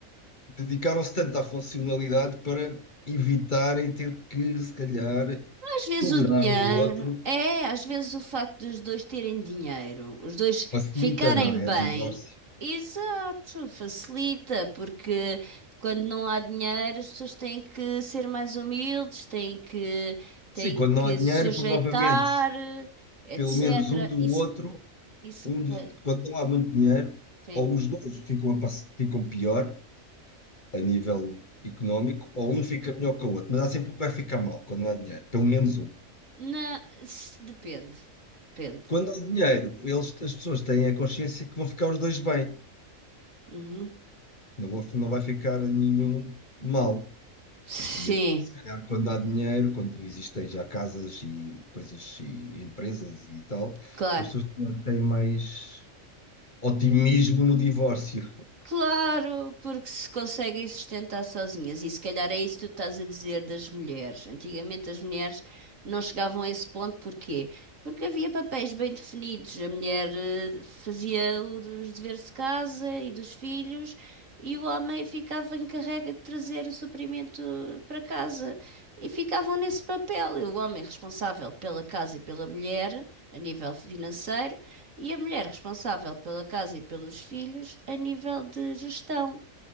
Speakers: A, on the left; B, on the right.
A: dedicaram-se tanto à funcionalidade para evitarem ter que, se calhar,
B: Às vezes
A: tolerar
B: o dinheiro,
A: o outro.
B: é, às vezes o facto dos dois terem dinheiro, os dois
A: Facilita,
B: ficarem
A: não é?
B: bem,
A: Divórcio.
B: exato, facilita, porque quando não há dinheiro, as pessoas têm que ser mais humildes, têm que, têm
A: Sim, quando não
B: que
A: há dinheiro,
B: se sujeitar,
A: provavelmente
B: etc.
A: pelo menos um do
B: Isso,
A: outro
B: isso
A: um
B: que,
A: dos- quando não há muito dinheiro,
B: sim.
A: ou os dois ficam, a pass- ficam pior a nível económico, ou um fica melhor que o outro, mas há sempre um que vai ficar mal quando não há dinheiro, pelo menos um.
B: Na, se- depende, depende.
A: Quando há dinheiro, eles, as pessoas têm a consciência que vão ficar os dois bem,
B: Uhum.
A: não, vou- não vai ficar nenhum mal.
B: Sim,
A: E então, se calhar, quando há dinheiro, quando existem já casas e coisas e empresas e tal,
B: claro.
A: as pessoas têm mais otimismo no divórcio.
B: Claro, porque se conseguem sustentar sozinhas. E se calhar é isso que tu estás a dizer das mulheres. Antigamente as mulheres não chegavam a esse ponto, porquê? Porque havia papéis bem definidos. A mulher eh, fazia o dos deveres de casa e dos filhos, e o homem ficava encarregue de trazer o suprimento para casa. E ficavam nesse papel. O homem responsável pela casa e pela mulher, a nível financeiro e a mulher responsável pela casa e pelos filhos a nível de gestão